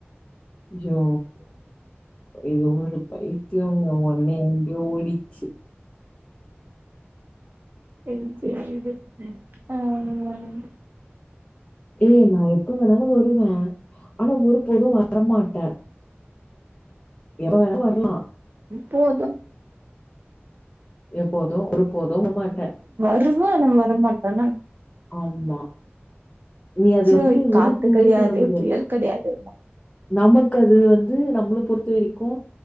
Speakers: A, on the left (about 25°); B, on the right (about 50°).
A: யோ இது ஒரு பைத்தியோங்க ஒன்னே எங்கயோ ஓடிச்சி
B: சேரி சேரி விடு ஆஹ்
A: ஏ நா எப்ப வேணாலு வருவ ஆனா ஒரு போது வரமாட்டெ எப்ப வேணாலு வர்லா
B: போது
A: எப்போது ஒரு போது <unintelligible> மாட்ட
B: <unintelligible> உட மாட்டேன்னா
A: ஆமா நீ அது
B: அச்சோ
A: வந்து
B: காத்து
A: உறுப்வே
B: கெடையாது
A: சொல்ல முடியாது
B: புயல் கெடையாது
A: நமக் அது வந்து நம்மள பொறுத்த வரிக்கு